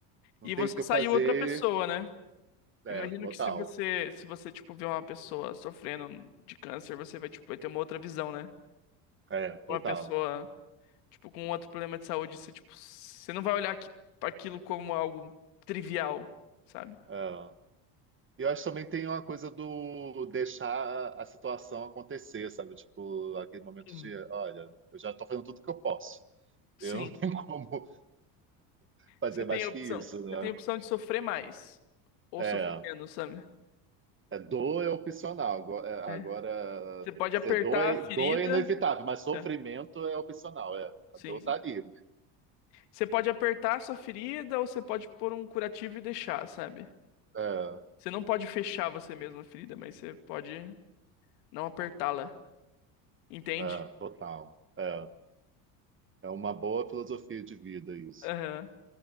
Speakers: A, on the right (about 25°); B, on the left (about 80°).
A: não
B: E
A: tem
B: você
A: o que
B: saiu
A: eu fazer.
B: outra pessoa, né?
A: É,
B: Imagino
A: total.
B: que se você, se você, tipo, vê uma pessoa sofrendo de câncer, você vai, tipo, vai ter uma outra visão, né?
A: É, total.
B: Uma pessoa, tipo, com outro problema de saúde, você, tipo, você não vai olhar aqui, aquilo como algo trivial, sabe?
A: É. E eu acho que também tem uma coisa do deixar a situação acontecer, sabe? Tipo, aquele momento
B: Hum,
A: de, olha, eu já tô fazendo tudo que eu posso.
B: Sim.
A: Eu não tenho <laughs> como fazer
B: Você tem
A: mais
B: a opção.
A: que isso, né?
B: Você tem a opção de sofrer mais ou
A: É,
B: sofrer menos, sabe?
A: é dor é opcional. Agora, é, agora,
B: É. Você pode
A: quer dizer,
B: apertar
A: dor é,
B: a ferida.
A: dor é inevitável, mas sofrimento
B: É.
A: é opcional. É,
B: Sim.
A: a dor tá ali. mas-
B: Você pode apertar a sua ferida ou você pode pôr um curativo e deixar, sabe?
A: É,
B: Você não pode fechar você mesmo a ferida, mas você pode não apertá-la. Entende?
A: é, total. É, é uma boa filosofia de vida isso.
B: Aham.